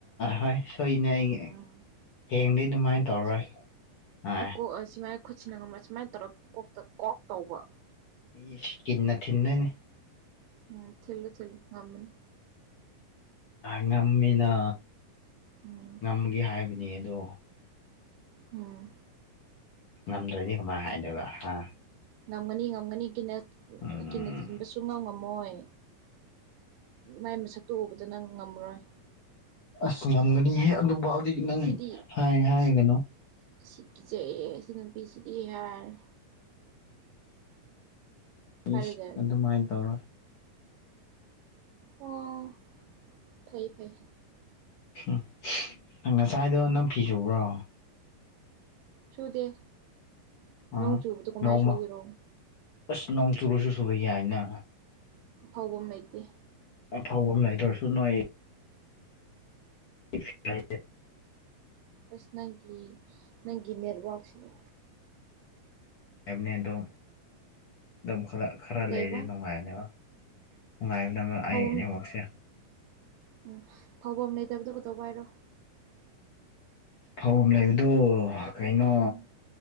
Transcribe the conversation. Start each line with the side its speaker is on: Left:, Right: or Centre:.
Left: ꯍꯣꯏ ꯁꯣꯏꯅꯦ ꯑꯩ
Right: ꯎꯝ
Left: ꯍꯌꯦꯡꯗꯩꯩ ꯑꯗꯨꯃꯥꯏꯅ ꯇꯧꯔꯣꯏ ꯑ
Right: ꯑꯣ ꯑꯁꯤ ꯃꯥꯏ ꯈꯨꯠꯁꯤꯟꯅꯒ ꯁꯨꯃꯥꯏꯅ ꯇꯧꯔꯒ ꯀꯣꯛꯇ ꯀꯣꯛ ꯇꯧꯕ
Left: ꯏꯁ ꯀꯤꯟꯅ ꯊꯤꯟꯗꯣꯏꯅꯤ
Right: ꯎꯝ ꯊꯤꯜꯂꯨ ꯊꯤꯜꯂꯨ ꯉꯝꯕꯅꯤ
Left: ꯉꯝꯃꯤꯅ
Right: ꯎꯝ
Left: ꯉꯝꯒꯦ ꯍꯥꯏꯕꯅꯤ ꯑꯗꯣ
Right: ꯎꯝ
Left: ꯉꯝꯗ꯭ꯔꯗꯤ ꯀꯃꯥꯏꯅ ꯍꯥꯏꯗꯣꯏꯕ ꯍꯥ
Right: ꯉꯝꯒꯥꯅꯤ ꯉꯃꯒꯅꯤ ꯀꯤꯟꯅ
Left: ꯎꯝ
Right: ꯀꯤꯟꯅꯥ ꯊꯤꯅꯕꯥ ꯁꯨꯛ ꯉꯝꯃꯣꯏ ꯃꯥꯏ ꯃꯁꯛꯇꯨ ꯎꯕꯗ ꯅꯪ ꯉꯝꯃꯔꯣꯏ
Left: ꯑꯁ ꯉꯝꯒꯅꯤꯍꯦ ꯑꯗꯨꯐꯥꯎꯗꯤ ꯅꯪ
Right: ꯁꯤꯗꯤ
Left: ꯍꯥꯏ ꯍꯥꯏꯒꯅꯣ
Right: ꯁꯤ ꯁꯤ ꯀꯤꯖꯌꯦ ꯁꯤ ꯅꯨꯄꯤꯁꯤꯗꯤ ꯍꯥꯏꯔꯅꯤ ꯀꯥꯏꯗꯩ
Left: ꯏꯁ ꯑꯗꯨꯃꯥꯏꯅ ꯇꯧꯔꯣꯏ
Right: ꯑꯣ ꯐꯩ ꯐꯩ
Left: ꯍꯨꯝ ꯅꯪ ꯉꯁꯥꯏꯗꯣ ꯅꯪ ꯐꯤ ꯁꯨꯕ꯭ꯔꯣ
Right: ꯁꯨꯗꯦ
Left: ꯑ
Right: ꯅꯣꯡ ꯆꯨꯕꯗꯣ ꯀꯃꯥꯏꯅ
Left: ꯅꯣꯡꯃ
Right: ꯁꯨꯒꯦꯔꯣ
Left: ꯑꯁ ꯅꯣꯡ ꯆꯨꯔꯁꯨ ꯁꯨꯕ ꯌꯥꯏꯅ
Right: ꯐꯥꯎꯕꯥꯝ ꯂꯩꯇꯦ
Left: ꯑꯥꯐꯥꯎꯕꯝ ꯂꯩꯇ꯭ꯔꯁꯨ ꯅꯣꯏ <unintelligible>
Right: ꯑꯁ ꯅꯪꯒꯤ ꯅꯪꯒꯤ ꯅꯦꯠꯋꯥꯛꯁꯤꯅꯥ
Left: ꯑꯦꯝꯅꯦꯗꯣ ꯑꯗꯨꯝ ꯈꯔ ꯈꯔ
Right: ꯀꯩꯕ
Left: ꯂꯩꯔꯗꯤ ꯅꯨꯡꯉꯥꯏꯅꯦꯕ ꯅꯨꯡꯉꯥꯏꯕꯅꯦ ꯑꯩ
Right: ꯐꯧꯕꯝ
Left: ꯅꯦꯠꯋꯥꯛꯁꯦ
Right: ꯎꯝ ꯐꯥꯎꯐꯝ ꯂꯩꯇꯕꯗꯣ ꯀꯩꯗꯧꯕ ꯍꯥꯏꯔꯣ
Left: ꯐꯧꯐꯝ ꯂꯩꯕꯗꯣ ꯀꯩꯅꯣ
Right: ꯎꯝ